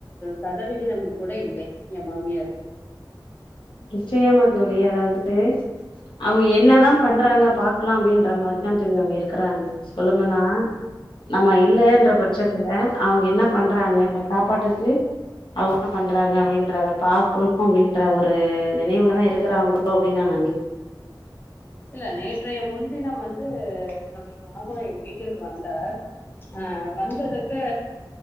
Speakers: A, on the left (about 25°); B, on the left (about 80°).
A: சதவிகிதம் கூட இல்லை எ மாமியாருக்கு
B: நிச்சயமா தோழி அதாவது அவுங்க என்னதா பண்றாங்க பாக்கலா அப்டின்ற மாரிதா தோழி அவங்க இருக்கறாங்க சொல்லப்போனா நம்ம இல்லன்ற
A: ம்
B: பச்சத்துல அவுங்க என்ன பண்றாங்க இந்த சாப்பாட்டுக்கு அவுங்க பண்றாங்க அப்டின்றத பாக்கணு அப்டின்ற ஒரு ஒரு நினைவுல தா இருக்குறாங்களோ அப்டின்னு நா <inaudible>
A: இல்ல நேற்றைய முன்தினம் வந்து என்னுடைய மாமா என் வீட்டிற்கு வந்தார் அ வந்ததற்கு